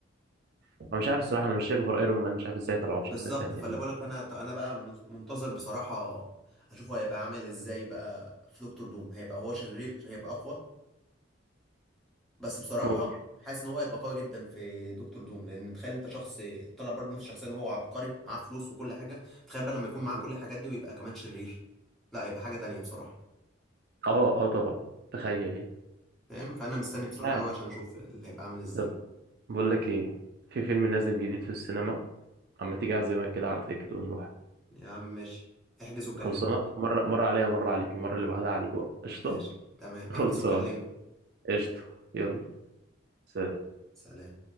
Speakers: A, on the right; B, in the centre.
A: انا مش عارف الصراحه انا مش شايف غير ايرون مان مش عارف ازاي طلعوا بشخصيه
B: بالظبط
A: تانية
B: فاللي
A: يعني
B: بقولك فانا ط- انا بقى من- منتظر بصراحة اشوفه هيبقى عامل ازاي بقى في دكتور دوم هيبقى هو شرير هيبقى اقوى بس بصراحة
A: ممكن
B: حاسس ان هو هيبقى قوي جدا في دكتور دوم لان تخيل انت شخص طلع برضه نفس الشخصية ان هو عبقري معاه فلوس وكل حاجة تخيل بقى لما يكون معاه
A: مم.
B: كل الحاجات دي ويبقى كمان شرير لا هيبقى حاجة تانية بصراحة
A: اه اه طبعا تخيل يعني
B: فاهم فانا مستني بصراحة
A: مش عارف
B: قوي عشان اشوف اللي هيبقى عامل ازاي
A: طب بقول لك ايه في فيلم نازل جديد في السينما اما تيجي اعزمك كده على تيكت ونروح
B: يا عم ماشي احجز وكلمني
A: خلصانه مره مره عليا ومره عليك المره اللي بعدها عليك بقى قشطه
B: ماشي تمام
A: خلصان
B: احجز وكلمني
A: قشطه يلا سلام
B: سلام